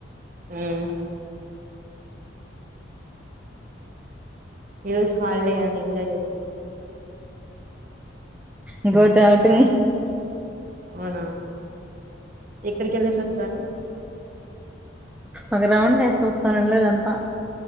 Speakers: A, on the right; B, in the centre.
A: మ్ ఈ రోజు హాల్డే అని ఎంజాయ్ చేస్తున్నాం.
B: మ్ గో టూ ఓటింగ్
A: అవునా ఎక్కడికెళ్ళేసి వస్తారు.
B: ఒక రౌండ్ ఏస్ వస్తాను. <inaudible> అంతా